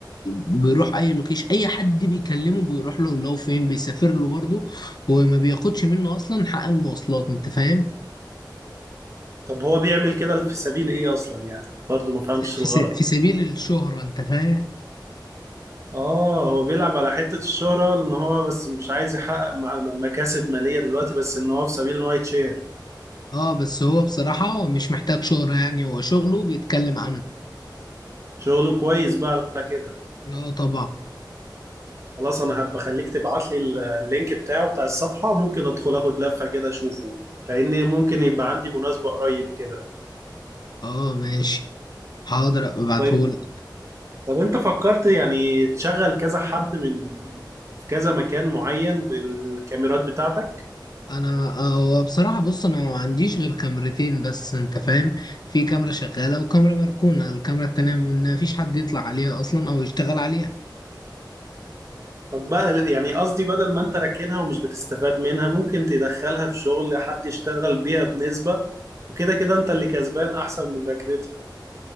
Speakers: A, on the left (about 60°); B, on the right (about 40°).
A: بيروح اي لوكيش اي حد بيكلمه بيروح له لو فين بيسافر له برضه وما بياخدش منه اصلا حق المواصلات انت فاهم
B: طب هو بيعمل كده في سبيل ايه اصلا يعني برضو ما فهمتش
A: في
B: الغرض
A: في- في سبيل الشهرة انت فاهم
B: اه هو بيلعب على حتة الشهرة ان هو بس مش عايز يحقق مع- م- مكاسب مالية دلوقتي بس ان هو في سبيل ان هو يتشير
A: اه بس هو بصراحة هو مش محتاج شهرة يعني هو شغله بيتكلم عنه
B: شغله كويس بقى على كده
A: اه طبعا
B: خلاص انا هبقى خليك تبعت لي ال- اللينك بتاعه بتاع الصفحة ممكن ادخل اخد لفة كده اشوفه لان ممكن يبقى عندي مناسبة قريب كده
A: اه ماشي حاضر أبقى ابعتهولك
B: طيب طب انت فكرت يعني تشغل كذا حد من في كذا مكان معين بالكاميرات بتاعتك
A: انا آه، هو بصراحة بص انا ما عنديش غير كاميرتين بس انت فاهم في كاميرا شغالة وكاميرا مركونة الكاميرا التانية ما فيش حد يطلع عليها اصلا او يشتغل عليها
B: طب بقى يعني قصدي بدل ما انت راكنها ومش بتستفاد منها ممكن تدخلها في شغل حد يشتغل بيها بنسبة وكده كده انت اللي كسبان احسن من ركنتها